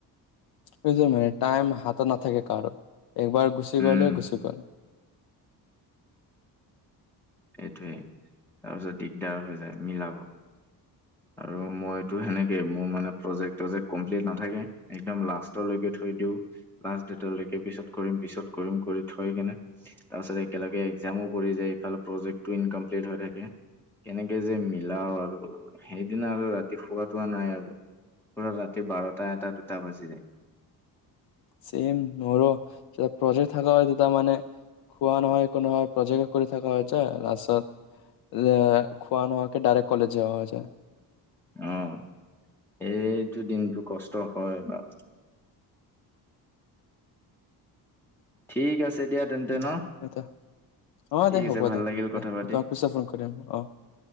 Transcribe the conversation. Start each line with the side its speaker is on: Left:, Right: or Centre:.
Left: <unintelligible> মানে টাইম হাতত নাথাকে কাৰো। একবাৰ গুচি
Centre: উম
Left: গ'লে, গুচি গ'ল।
Centre: সেইটোৱে তাৰপিছত দিগদাৰ হৈ যায় মিলাব। আৰু মইতো সেনেকে মোৰ মানে প্ৰজেক্ট, টজেক্ট কমপ্লিট নাথাকে একদম লাষ্টলৈকে থৈ দিওঁ, লাষ্ট ডেটলৈকে পিছত কৰিম পিছত, কৰিম কৰি থৈ কেনে, তাৰ পিছত একেলগে একজামো পৰি যায় এইফালে প্ৰজেক্টটো ইনকমপ্লিট হৈ থাকে কেনেকে যে, মিলাও আৰু। সেইদিনা আৰু ৰাতি শুৱা, তোৱা নাই আৰু পুৰা ৰাতি বাৰ- টা, এটা, দুটা বাজি যায়।
Left: চেইম মোৰো যে, প্ৰজেক্ট থাকা হয়, তেতিয়া মানে খোৱা নহয়, একো নহয় প্ৰজেক্ট কৰি থকা হয় যে, লাষ্টত লে, খোৱা নোহোৱাকে ডাইৰেক্ট কলেজ যোৱা হৈ যায়।
Centre: অ', সেইটো দিনটো কষ্ট হয়, বাৰু। ঠিক আছে দিয়া তেন্তে
Left: <unintelligible>
Centre: ন
Left: অ',
Centre: ঠিক
Left: দে হ'ব
Centre: আছে ভাল
Left: দে,
Centre: লাগিল
Left: দে,
Centre: কথা পাতি
Left: মই তোমাক পিছেত ফোন কৰিম। অ',